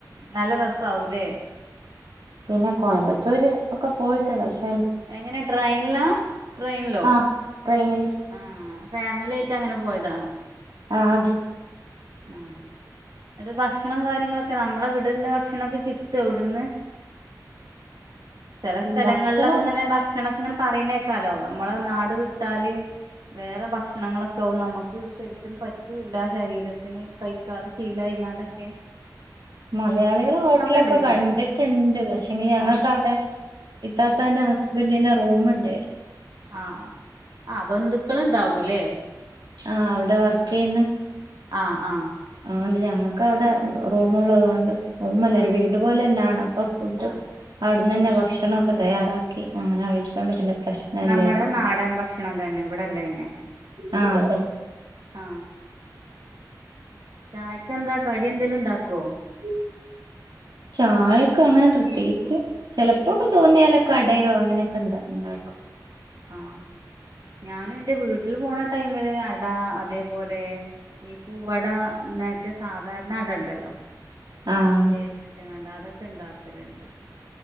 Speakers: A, on the right; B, on the right.
A: നല്ല രസംആവും ല്ലേ
B: പിന്നെ കോയമ്പത്തൂര് ഒക്കെ പോയിട്ടുണ്ട് ഷേ
A: എങ്ങനെ ട്രെയിനിലാ ട്രെയിനിലോ
B: ആഹ് ട്രെയിനിൽ
A: ആ ഫാമിലി ആയി ട്ട് അങ്ങനെ പോയതാണോ
B: ആ അതെ
A: ആ അത് ഭ ക്ഷണം കാര്യങ്ങളൊക്കെ നമ്മളെ ഇവിടെള്ള ഭക്ഷണൊക്കെ കിട്ടൊ വിടുന്ന് ചെല സ്ഥലങ്ങളിലൊക്കെ
B: ഭക്ഷണം
A: ഇങ്ങനെ ഭക്ഷണൊക്കെ ഇങ്ങനെ പറയുന്നേക്കാലോ നമ്മളെ നാട് വിട്ടാല് വേറെ ഭക്ഷണങ്ങളൊക്കെ നമുക്ക് ശരിക്കും പറ്റൂല്ല ശരീരത്തിന് കഴിക്കാതെ ശീലയി ങ്ങാണ്ടൊക്കെ
B: മലയാളികൾ ഹോട്ടലൊക്കെ
A: ഇണ്ടേനോ
B: കണ്ടിട്ടുണ്ട് പക്ഷെങ്കില് ഞങ്ങൾക്ക
A: ആഹ്
B: വിടെ ഇത്താത്തന്റെ ഹസ്ബന്റന്റെ റൂമ്ണ്ട്
A: ആ ആ ബന്ധുക്കൾണ്ടാവൂല്ലേ
B: ആ അവിടെ വർക്ക് ചെയ്യുന്ന
A: ആ ആ
B: അതുകൊണ്ട് ഞങ്ങൾക്ക് അവിടെ റൂമ്ള്ളത്കൊണ്ട് റൂം അല്ല
A: ആഹ്
B: ഒരു വീട് പോലെന്നെയാണ് അപ്പൊ ഫുഡ്
A: ആഹ്
B: അവിടുന്ന് തന്നെ
A: ആഹ്
B: ഭക്ഷണമൊക്കെ തയ്യാറാക്കി അങ്ങനെ കഴിച്ചോണ്ട് പിന്നെ പ്രശ്നം
A: നമ്മള്
B: ഇല്ലായിരുന്നു
A: നാടൻ ഭക്ഷണം തന്നെ ഇവിടെല്ലേന്നെ
B: ആഹ് അതെ
A: ആ ചായക്കെന്താ കടി എന്തേലും ഉണ്ടാക്കോ
B: ഉ ചായക് അങ്ങനെ പ്രത്യേകിച്ച് ചിലപ്പോക്കെ തോന്നിയാലൊക്കെ അടയോ അങ്ങനെയൊക്കെ ണ്ടാക്കും
A: ആഹ ഞാനും എന്റെ വീട്ടില് പോണ ടൈമില് അട അതേപോലെ ഈ പൂവട മറ്റ സാധാരണ ഇ അട ണ്ടല്ലോ
B: ആഹ്
A: തേങ്ങട്ട്ങ്ങാണ്ട് അതൊക്കെ ഇണ്ടാക്കല്ണ്ട്